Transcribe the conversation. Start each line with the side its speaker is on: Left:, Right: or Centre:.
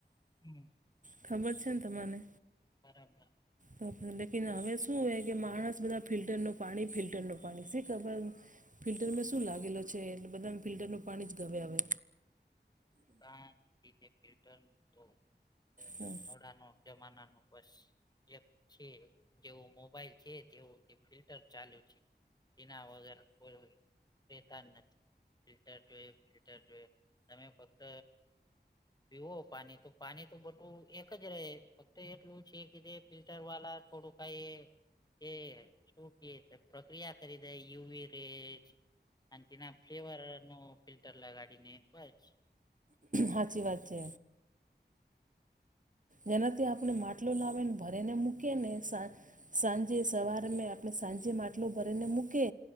Left: હમ્મ.
Right: ખબર છેન તમાને?
Left: બરાબર.
Right: તો ફિર લેકિન હવે શું હે કે માણસ બધા ફિલ્ટરનું પાણી ફિલ્ટરનું પાણી શી ખબર ફિલ્ટર મેં શું લાગેલો છે એટલે બધા ફિલ્ટરનું પાણી જ ગમે હવે.
Left: કા <unintelligible> ફિલ્ટરનું તો.
Right: હમ્મ.
Left: હવડાનો જમાનાનું બસ. એક છે જેવો મોબાઈલ છે તેવું કે ફિલ્ટર ચાલુ છે. તેના વગર કોઈ હોય રહેતા જ નથી. ફિલ્ટર કે જોઈ ફિલ્ટર જોઈએ તમે ફક્ત પીવો પાની તો પાની તો બધું એક જ રેય ફક્ત એટલું છે કે જે ફિલ્ટર વાલા થોડું કઈ એ શું કે પ્રક્રિયા કરી દેય યુવી રે કાનટીના ફ્લેવર નો ફિલ્ટર લગાડી ને બચ
Right: હાચી વાત છે. જેનાથી આપણે માટલો લાવેને ભરેને મૂકી ને સા સાંજે સવારમેં આપણે સાંજે માટલો ભરીને મૂકે